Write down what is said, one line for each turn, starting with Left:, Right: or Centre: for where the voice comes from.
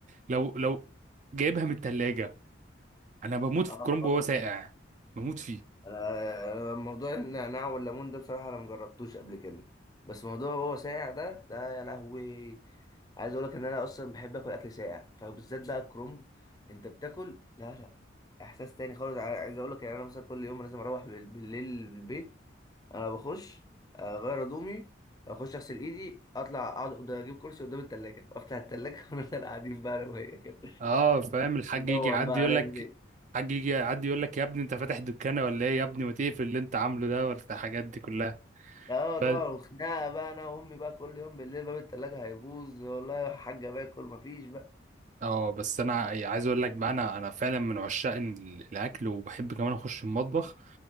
Right: لو لو جايبها من التلاجة انا بموت في
Left: اه
Right: الكرنب وهو ساقع بموت فيه
Left: انا أنا موضوع النعناع والليمون ده بصراحه انا مجربتوش قبل كده بس موضوع هو ساقع ده ده يا لهوي عايز اقول لك ان انا اصلا بحب اكل اكل ساقع فبالذات بقى الكرنب انت بتاكل لا لا احساس تاني خالص ع- عايز اقول لك يعني انا مثلا كل يوم لازم اروح بال- بالليل البيت انا بخش اغير هدومي اخش اغسل ايدي اطلع اقعد قد- اجيب كرسي قدام التلاجة وافتح التلاجة <laughs> ونفضل قاعدين بقى انا وهي كده
Right: اه فاهم الحاج
Left: ندور
Right: يجي يعدي
Left: بقى
Right: يقول
Left: هنعمل
Right: لك
Left: ايه
Right: الحاج يجي يعدي يقول لك يا ابني انت فاتح دكانه ولا ايه يا ابني ما تقفل اللي انت عامله ده ولا الحاجات دي كلها
Left: اه طبعا
Right: بس
Left: وخناقه بقى انا وامي بقى كل يوم بالليل باب التلاجة هيبوظ والله يا حاجه باكل مفيش بقى
Right: اه بس انا يعني عايز اقول لك بقى انا انا فعلا من عشاق ال- الاكل وبحب كمان اخش المطبخ